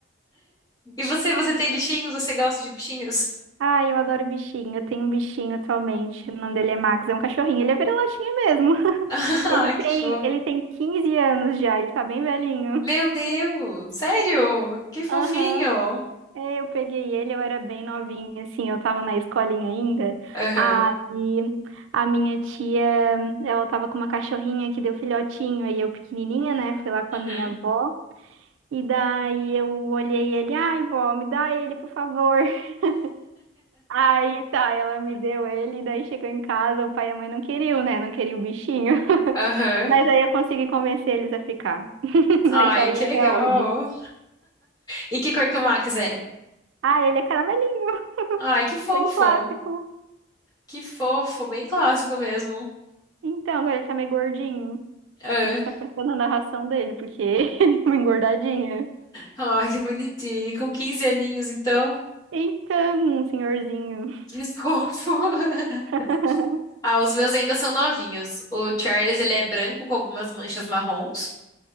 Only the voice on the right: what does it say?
Ai, eu adoro bichinho. Eu tenho um bichinho atualmente. O nome dele é Max, é um cachorrinho. Ele é vira-latinha mesmo. <laughs>
Ele
tem,
ele tem 15 anos já, ele tá bem velhinho.
Aham. É, eu peguei ele, eu era bem novinha, assim, eu tava na escolinha ainda.
Aí a minha tia, ela tava com uma cachorrinha que deu filhotinho, aí eu pequenininha, né, fui lá com
a minha avó. E daí eu olhei ele, ai, vó, me dá ele, por favor. <laughs> Aí tá, ela me deu ele, e daí chegou em casa, o pai e a mãe não queriam, né, não queriam o bichinho. <laughs>
Mas aí eu consegui convencer eles a ficar. <laughs>
Aí tá aí
até
hoje.
Ah, ele é caramelinho,
bem clássico.
Então, agora ele tá meio gordinho.
A gente tá faltando a narração dele, porque <laughs> ele é uma engordadinha.
Então, um senhorzinho.
<laughs>